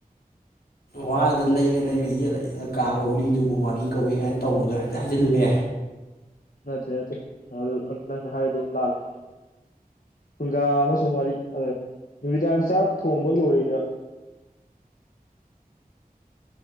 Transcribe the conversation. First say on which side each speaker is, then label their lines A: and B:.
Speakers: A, on the left (about 80°); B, on the left (about 65°).
A: ꯋꯥꯗ ꯂꯩꯔꯦ ꯂꯩꯔꯦ ꯌꯦꯠꯂ ꯌꯦꯠꯂ ꯀꯥꯕ ꯎꯔꯤꯗꯨꯕꯨ ꯋꯥꯔꯤ ꯀꯧꯋꯦ ꯀꯥꯏꯅ ꯇꯧꯕꯗꯣ ꯍꯥꯏꯐꯦ ꯍꯥꯏꯖꯤꯜꯂꯨꯅꯦ
B: ꯅꯠꯇꯦ ꯅꯠꯇꯦ ꯑꯗꯨ ꯅꯡꯅ ꯍꯥꯏꯔꯤꯗꯨ ꯂꯥꯟꯂꯤ ꯐꯨꯪꯒꯥ ꯑꯃꯁꯨꯡ ꯋꯥꯔꯤ ꯑ ꯅꯨꯃꯤꯗꯥꯡ ꯆꯥꯛ ꯊꯣꯡꯕ ꯂꯣꯏꯔ